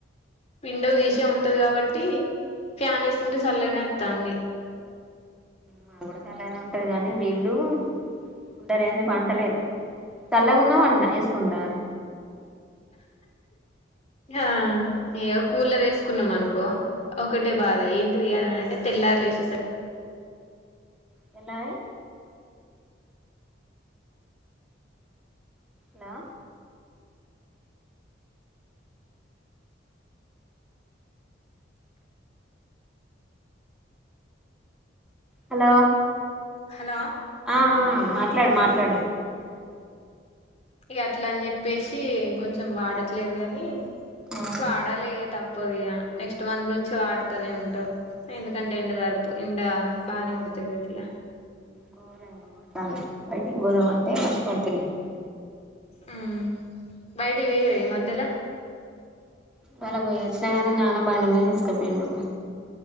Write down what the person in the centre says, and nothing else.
మాకు కూడా చల్లగానే ఉంటది కానీ వీళ్ళు కూలర్ లేంది పంటలేరు. చల్లగున్నా పన్ వేసుకుంటారు.
తెల్లారే హలో హలో
ఆ ఆ మాట్లాడు మాట్లాడు.
ఆ
ఘోరంగా కొడతాంది. బయటికి పోదామంటే <unintelligible>
ఇవ్వాళ పోయోచ్చిన గానీ నాన్న బండి మీద తీస్కపోయిండు.